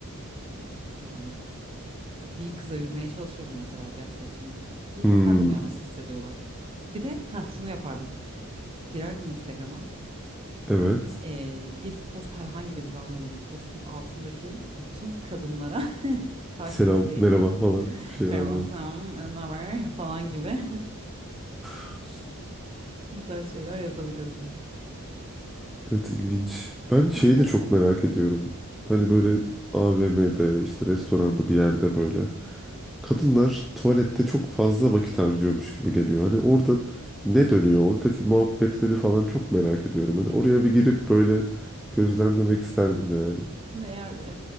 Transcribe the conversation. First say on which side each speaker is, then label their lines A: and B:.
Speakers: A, on the right (about 25°); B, in the centre.
A: m, yani bir kıza yürümeye çalışırdım mesela o bir hafta içinde. Bir
B: hmm,
A: bakardım ya nasıl hissediyorlar. Bir de ha şunu yapardım. Girerdim Instagram'a.
B: evet.
A: e, bir post herhangi bir random bir postun altındaki bütün kadınlara <laughs> takip
B: Selam
A: isteği.
B: merhaba falan
A: <laughs>
B: bir şeyler
A: Merhaba
B: böyle.
A: selam e, ne haber falan gibi. <laughs>
B: <laughs>
A: Bu tarz şeyler yazabilirdim.
B: Evet ilginç. Ben şeyi
A: Peki mesela.
B: de çok merak ediyorum.
A: Hı,
B: Hani
A: hı.
B: böyle AVM'de işte restoranda bir yerde böyle kadınlar tuvalette çok fazla vakit harcıyormuş gibi geliyor. Hani orada ne dönüyor? Oradaki muhabbetleri falan çok merak ediyorum. Hani
A: Ee,
B: oraya bir girip böyle gözlemlemek isterdim yani.
A: Şimdi eğer